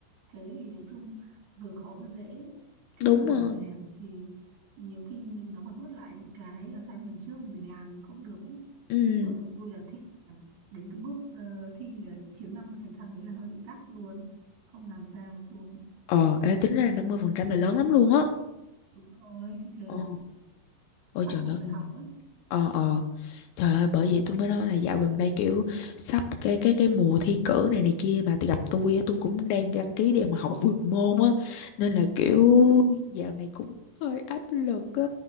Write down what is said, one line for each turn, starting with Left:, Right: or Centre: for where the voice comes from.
Right: cái gì nói chung vừa khó vừa dễ thi
Left: đúng
Right: cử
Left: rồi
Right: lòng lẻo thì nhiều khi mình nó còn vớt lại những cái assignment trước mình làm không được ấy
Left: ừ
Right: chứ còn tụi tôi là thi là đến cái bước ờ, thi là chiếm 50% đấy là hơi bị gắt luôn không làm sao luôn
Left: ờ ê, tính ra là 50% là lớn lắm luôn á
Right: đúng rồi thì thế
Left: ờ ôi
Right: bắt
Left: trời
Right: buộc
Left: ơi
Right: phải học ấy
Left: ờ ờ Trời ơi, bởi vậy tôi mới nói là dạo gần đây kiểu sắp cái cái cái mùa thi cử này này kia mà tôi gặp tôi á, tôi cũng đang đăng ký để mà học vượt môn á nên là kiểu dạo này cũng hơi áp lực á